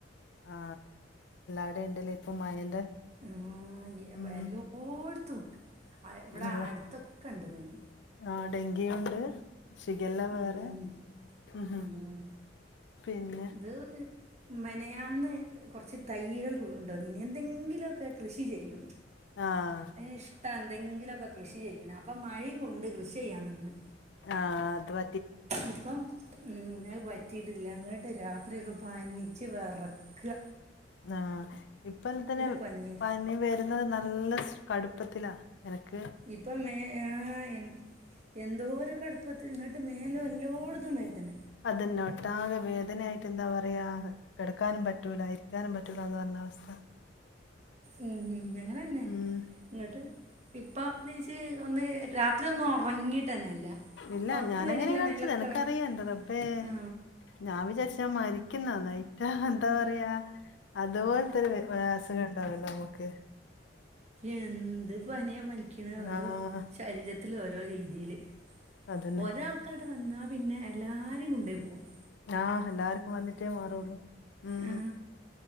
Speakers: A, on the left; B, on the right.
A: ആ അവടെ യ്ണ്ടല്ലേ ഇപ്പ മഴന്റെ
B: ആ ഇ
A: ഉം
B: എല്ലോടത്തും ആ ഇവിടെ
A: അല്ല
B: അടുത്തൊ ക്കണ്ട് പനി
A: ആ ഡെങ്കി ഉണ്ട് ഷിഗെല്ല
B: ഉം
A: വേറെ ഹും ഹും
B: ആഹ്
A: പിന്നെ
B: <unintelligible> മെനയാന്ന് കുറച്ച് തൈകൾ കൊണ്ടോന്നിനി എന്തെങ്കിലുക്കെ കൃഷി ചെയ്യും.
A: ആഹ്
B: അയ്ന് ഇഷ്ടാ എന്തെങ്കിലുക്കെ കൃഷി ചെയ്യണ് അപ്പോ മഴയും കൊണ്ട് കൃഷി ചെയ്യാൻ നിന്ന്.
A: ആ അതു പ
B: ഇപ്പം ഉം അത് പറ്റിയിട്ടില്ല ഇങ്ങട്ട് രാത്രിയൊക്കെ പനിച്ച് വെറക്ക
A: ആ ഇപ്പോ അല്ലത്തന്നെ
B: പനിയത്
A: പനി വരുന്നത് നല്ല സ് കടുപ്പത്തിലാ എരക്ക്
B: ഇപ്പൊ മേ ഏ എൻ എന്തോര് കടുപ്പത്തില് ന്നിട്ട് മേല് എല്ലോട്ത്തും വേദന
A: അതന്നെ ഒട്ടാകെ വേദനയായിട്ട് എന്താ പറയാ കിടക്കാനും പറ്റൂല ഇരിക്കാനും പറ്റൂല എന്ന് പറഞ്ഞ അവസ്ഥ.
B: ഉം അങ്ങനെന്നെ.
A: ഉം
B: എന്നട്ട് ഇപ്പ എണീച്ച് ഒന്ന് രാത്രി ഒന്ന് ഉറങ്ങീ ട്ടെനല്ല
A: ഇല്ല
B: ഒറക്ക്‌
A: ഞാനങ്ങനെ
B: വര്ല്ല
A: കാണിച്ചത്
B: മേലൊക്കെ
A: എനക്കറിയാം
B: വേ
A: എന്റെ റബ്ബേ
B: ആ
A: ഞാൻ വിചാരിച്ച മരിക്ക്‌ന്നന്നായിറ്റ എന്താ പറയാ അതുപോലത്തൊരു <unintelligible> ത് വേണ്ടാവല്ലോ നമുക്ക്
B: എന്ത് പനിയാ പനിക്കണെ ഓരോ
A: ആഹ്
B: ശരീരത്തില് ഓരോ രീതിയില്.
A: അതന്നെ
B: ഒരാൾക്കങ്ങട് വന്നാ പിന്നെ എല്ലാരേം കൊണ്ടേ പോവുള്ളൂ.
A: ആ എല്ലാരും വന്നിട്ടേ മാറുള്ളൂ ഉം
B: ആ,